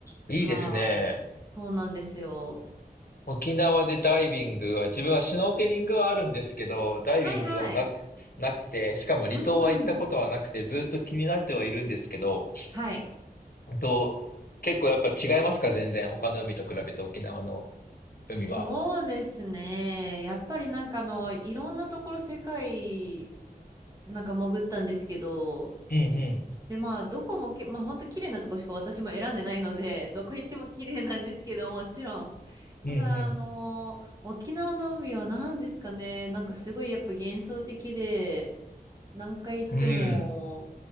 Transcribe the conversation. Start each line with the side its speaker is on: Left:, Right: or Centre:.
Left: いいですね。
Right: はい。そうなんですよ。
Left: 沖縄でダイビングは、自分はシュノーケリングはあるんですけど、ダイビングはな、
Right: はいはい。
Left: なくて、しかも離島は行ったことはなくて、
Right: うんうん。
Left: ずっと気になってはいるんですけど、
Right: はい。
Left: どう、結構やっぱ違いますか全然他の海と比べて沖縄の海は。
Right: そうですね。やっぱりなんかあの、いろんなところ世界なんか潜ったんですけど、
Left: うんうん。
Right: で、まあ、どこもけ、まあ、本当綺麗なとこしか私も選んでないので、どこ行っても綺麗なんですけど、もちろん。ただ、
Left: うんうん。
Right: あのー沖縄の海は何ですかね、なんかすごいやっぱ幻想的で、何回行っても、
Left: うん。